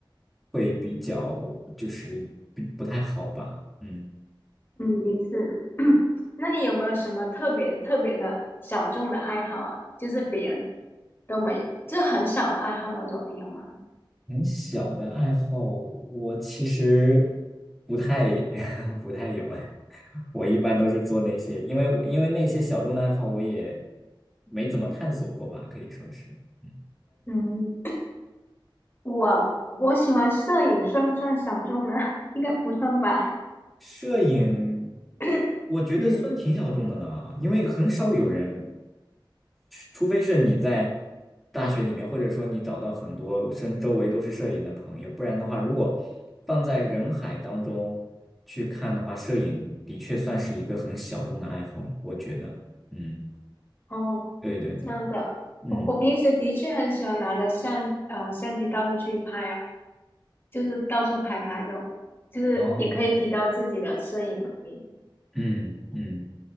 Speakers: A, in the centre; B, on the left.
A: 会比较就是比不太好吧？嗯，
B: 嗯，也是。<coughs> <clears throat> 那你有没有什么特别特别的小众的爱好啊？就是别人。都没，就很小的爱好那种，你有吗？
A: 很小的爱好，我其实不太 <laughs> 不太有哎。我一般都是做那些，因为我因为那些小众的爱好，我也没怎么探索过吧，可以说是。嗯
B: 嗯，我我喜欢摄影，算不算小众呢？<laughs> 应该不算吧。
A: 摄影，
B: <coughs>
A: 我觉得算挺小众的了啊，
B: <clears throat> 嗯，
A: 因为很少有人，除非是你在大学里面，或者说你找到很多身周围都是摄影的朋友，不然的话，如果放在人海当中去看的话，摄影的确算是一个很小众的爱好了，我觉得。嗯，
B: 哦，
A: 对对对，
B: 这样子啊我我平时的确很喜欢拿着相呃相机到处去拍啊，
A: 嗯
B: 就是到处拍拍这种，就是也可以提高自己的摄影能力。
A: 哦，
B: <coughs>
A: 嗯嗯。